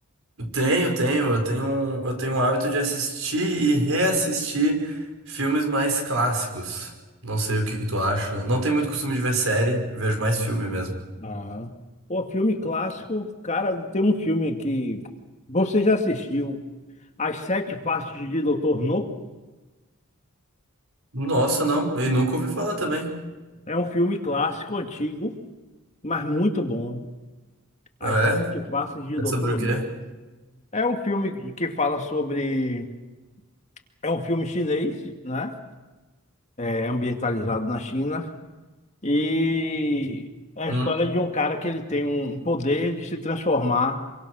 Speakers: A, on the right (about 70°); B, on the left (about 35°).
A: Eu tenho, tenho, eu tenho, um- eu tenho o hábito de assistir e reassistir filmes mais clássicos. Não sei o que que tu acha. Não tenho muito costume de ver série, vejo mais filme mesmo.
B: Ah. Pô, filme clássico, cara, tem um filme que você já assistiu As Sete Faces de Doutor No
A: Nossa, não, e nunca ouvi falar também.
B: é um filme clássico, antigo, mas muito bom. As
A: É?
B: Sete Faces de Doutor
A: É sobre o quê?
B: No. É um filme que fala sobre. É um filme chinês, né? É ambientalizado na China. E é a
A: Hum,
B: história de um cara que ele tem um poder de se transformar